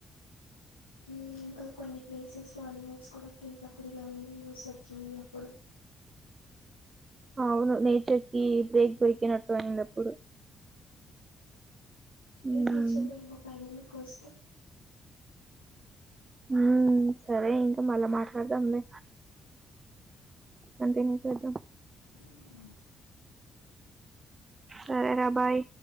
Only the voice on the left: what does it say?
మ్ ఇంకా కొన్ని ప్లేసెస్ లో అనిమల్స్ కూడా ఫ్రీగా తిరగాలని న్యూస్ వచ్చింది అప్పుడు
అదే
ఫ్యూచర్ లో ఇంగా ఫైవ్ మెంబెర్స్ కి వస్తే
మ్ హు